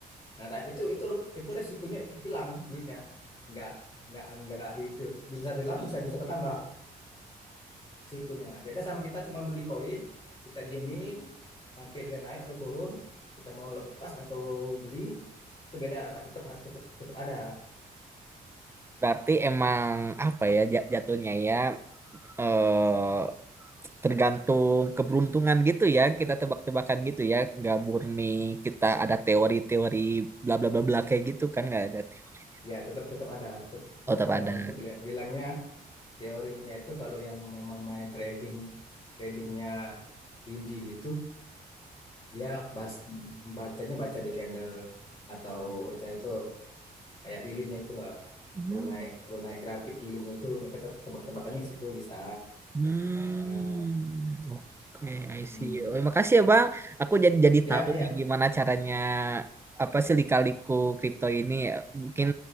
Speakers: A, on the left (about 35°); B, on the right (about 15°).
A: Nah, tapi itu itu itu resikonya hilang duitnya. Enggak enggak enggak itu bisa hilang, bisa bisa bertambah resikonya. Beda sama kita cuma beli koin, kita diemin sampai dia naik atau turun, kita mau lepas atau beli itu beda tetap tetap tetap ada
B: berarti emang apa ya ja- jatuhnya ya? eh tergantung keberuntungan gitu ya kita tebak-tebakan gitu ya nggak murni kita ada teori-teori bla bla bla bla kayak gitu kan nggak ada teori.
A: ya tetap tetap ada tetap tetap
B: oh tetap
A: ada
B: ada
A: orang itu bilangnya Teorinya itu kalau yang memang main trading, tradingnya judi gitu, dia bas, bacanya baca di candle atau atau itu kayak lilinnya itulah
B: hmm.
A: tunai tunai grafik lilinnya itu mereka te- tebak-tebakannya di situ bisa.
B: Hmm.
A: Nah,
B: oke
A: mm
B: I see oh, makasih ya bang aku jadi jadi
A: Ya,
B: tahu
A: ya,
B: nih gimana caranya apa sih lika-liku kripto ini mungkin